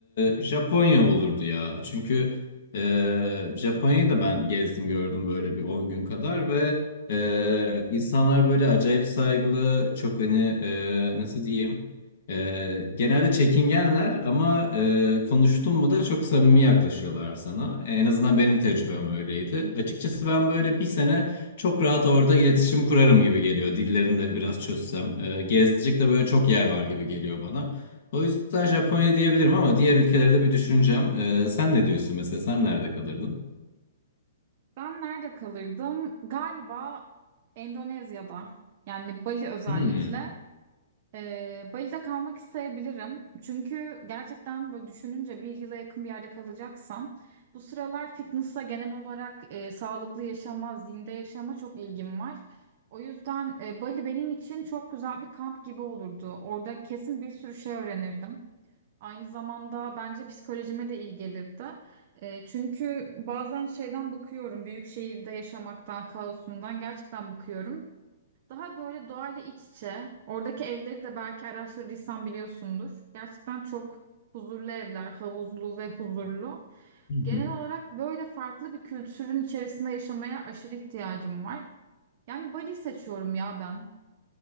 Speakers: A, on the left; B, on the right.
A: e, Japonya olurdu ya. Çünkü e, Japonya'yı da ben gezdim gördüm böyle bir 10 gün kadar ve e, insanlar böyle acayip saygılı, çok hani e, nasıl diyeyim e, genelde çekingenler ama e, konuştun mu da çok samimi yaklaşıyorlar sana. En azından benim tecrübem öyleydi. Açıkçası ben böyle bir sene çok rahat orada iletişim kurarım gibi geliyor. Dillerini de biraz çözsem. E, gezecek de böyle çok yer var gibi geliyor bana. O yüzden Japonya diyebilirim ama diğer ülkelerde bir düşüneceğim. Ee, sen ne diyorsun mesela? Sen nerede kalırdın?
B: Ben nerede kalırdım? Galiba Endonezya'da. Yani Bali özellikle.
A: Hmm.
B: Ee, Bali'de kalmak isteyebilirim. Çünkü gerçekten böyle düşününce bir yıla yakın bir yerde kalacaksam bu sıralar fitness'a genel olarak e, sağlıklı yaşama, zinde yaşama çok ilgim var. O yüzden e, Bali benim için çok güzel bir kamp gibi olurdu. Orada kesin bir sürü şey öğrenirdim. Aynı zamanda bence psikolojime de iyi gelirdi. E, çünkü bazen şeyden bıkıyorum, büyük şehirde yaşamaktan, kaosundan gerçekten bıkıyorum. Daha böyle doğayla iç içe, oradaki evleri de belki araştırdıysan biliyorsundur. Gerçekten çok huzurlu evler, havuzlu ve huzurlu.
A: <laughs>
B: Genel olarak böyle farklı bir kültürün içerisinde yaşamaya aşırı ihtiyacım var. Yani Bali seçiyorum ya ben.